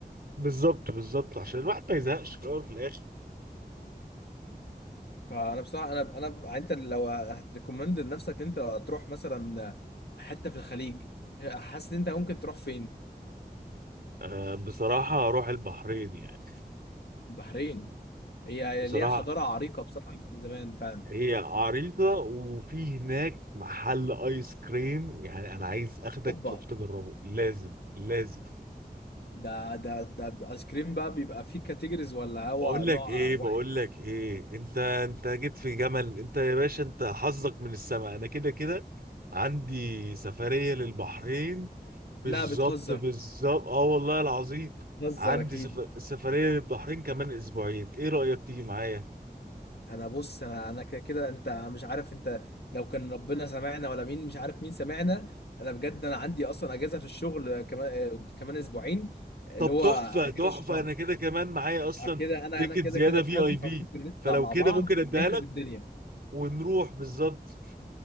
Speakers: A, on the right; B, on the left.
A: بالظبط بالظبط عشان الواحد ما يزهقش في الأول وفي الآخر
B: فانا بصراحه انا انا يعني انت لو هتريكومند لنفسك انت تروح مثلا حته في الخليج حاسس ان انت ممكن تروح فين
A: آه، بصراحة أروح البحرين يعني
B: البحرين هي
A: بصراحة
B: ليها حضاره عريقه بصراحه من زمان فعلا
A: هي عريضة وفي هناك محل ايس كريم يعني انا عايز اخدك
B: اوبا
A: تروح تجربه لازم لازم
B: ده ده ده ايس كريم بقى بيبقى فيه كاتيجوريز ولا هو
A: بقول لك
B: نوع
A: ايه
B: واحد
A: بقول لك ايه انت انت جيت في جمل انت يا باشا انت حظك من السماء انا كده كده عندي سفرية للبحرين بالظبط
B: لا بتهزر
A: بالظبط اه والله العظيم
B: بتهزر
A: عندي
B: اكيد
A: سف... سفرية للبحرين كمان اسبوعين ايه رأيك تيجي معايا
B: انا بص انا انا كده كده انت مش عارف انت لو كان ربنا سمعنا ولا مين مش عارف مين سمعنا انا بجد انا عندي اصلا اجازه في الشغل كمان آه، كمان اسبوعين اللي
A: طب
B: هو
A: تحفة
B: اجازه
A: تحفة
B: شهر
A: أنا كده كمان معايا أصلا
B: بعد كده انا
A: تيكت
B: انا كده
A: زيادة
B: كده فاضي
A: في أي بي
B: فممكن نطلع
A: فلو
B: مع
A: كده
B: بعض
A: ممكن أديها
B: ونخرب
A: لك
B: الدنيا
A: ونروح بالظبط